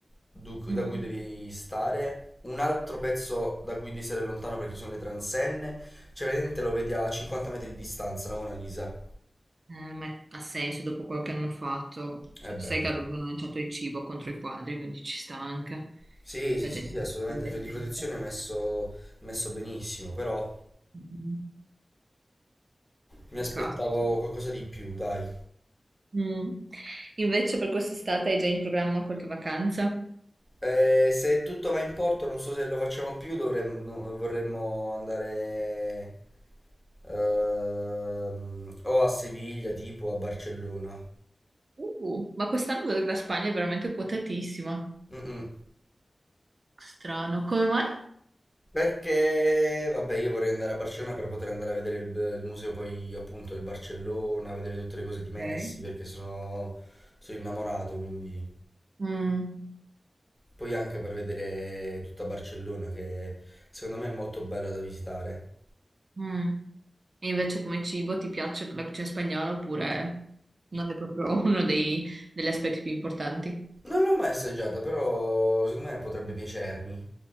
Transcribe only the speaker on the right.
mm.
Eh, ma ha senso dopo quello che hanno fatto. Cioè,
sai che
avevano lanciato il cibo contro i quadri, quindi ci sta anche.
La gente
è indecente.
Mm,
Peccato.
Mm. Invece per quest'estate hai già in programma qualche vacanza?
Uh, ma quest'anno vedo che la Spagna è veramente quotatissima.
Strano, come mai?
Ok.
Mm.
Mm. E invece come cibo ti piace la cucina spagnola oppure non è proprio <laughs> uno dei- degli aspetti più importanti?